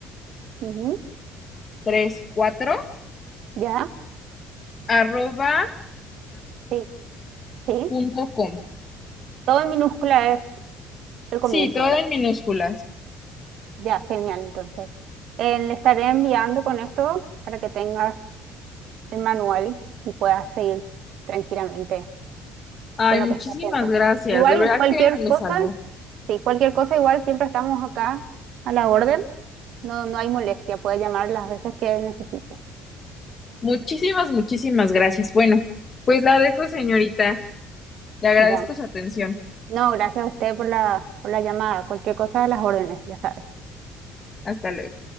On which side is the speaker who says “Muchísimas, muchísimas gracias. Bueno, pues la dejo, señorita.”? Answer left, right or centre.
Left